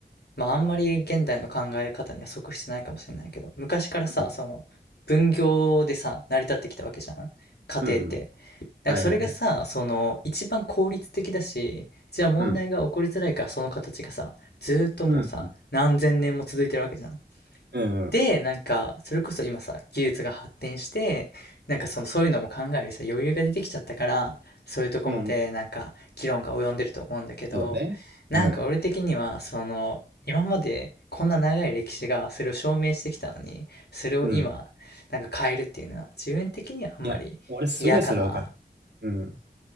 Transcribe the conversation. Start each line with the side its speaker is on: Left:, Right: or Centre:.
Left: まあ、あんまり現代の考え方には即してないかもしれないけど、昔からさ、
Right: うん。
Left: その分業でさ、成り立ってきたわけじゃん、家庭って。
Right: うん。うん
Left: だからそれがさ、
Right: はいはいはい。
Left: その一番効率的だし、一番問題が起こりづらいからその形がさ、
Right: うん。
Left: ずーっともうさ、
Right: うん。
Left: 何千年も続いてるわけじゃん。
Right: うん。うん
Left: でなんかそれこそ今さ技術が発展してなんかそのそういうのも考えるさ余裕が出てきちゃったからそういうとこまでなんか議論が及んでると思うんだけどなんか俺的にはその今までこんな長い歴史がそれを証明してきたのにそれを今なんか変えるっていうのは自分的にはあんまりいやかな
Right: うんそうだね。うん。うん。いや、俺すごいそれわかる。うん。